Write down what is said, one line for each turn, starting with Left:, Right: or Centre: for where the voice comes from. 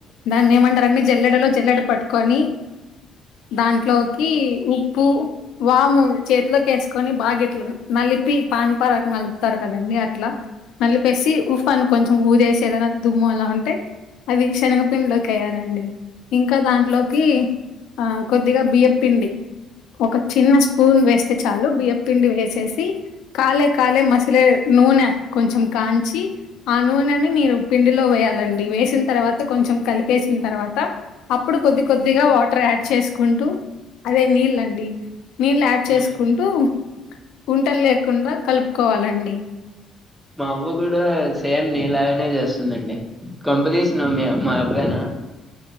Left: దాన్ని ఏమంటారండి మీ జల్లెడలో జల్లెడ పట్టుకొని దాంట్లోకి ఉప్పు వాము చేతిలోకి వేసుకొని బాగా ఇట్లా నలిపి పాన్ పరాక నలుపుతారు కదండీ అట్లా నలిపేసి ఉఫ్ అని కొంచెం ఊదేసి ఏదైనా దుమ్ము అలా ఉంటే అది శనగపిండిలోకెయ్యాలండి ఇంకోదాంట్లోకి ఆ కొద్దిగా బియ్యప్పిండి ఒక చిన్న స్పూన్ వేస్తే చాలు బియ్యప్పిండి వేసేసి కాలే కాలే మసెలే నూనె కొంచెం కాంచి ఆ నూనెని మీరు పిండిలో వేయాలండి వేసిన తర్వాత కొంచెం కలిపేసిన తర్వాత అప్పుడు కొద్ది కొద్దిగా వాటర్ యాడ్ చేసుకుంటూ అదే నీళ్ళండి నీళ్ళు యాడ్ చేసుకుంటూ
Centre: ఉమ్,
Left: ఉంటల్లేకుండా కలుపుకోవాలండి
Centre: మా అవ్వ కూడా సేమ్ నీలాగనే చేస్తుందండి కొంపదీసి నువ్ మీ మా అవ్వేనా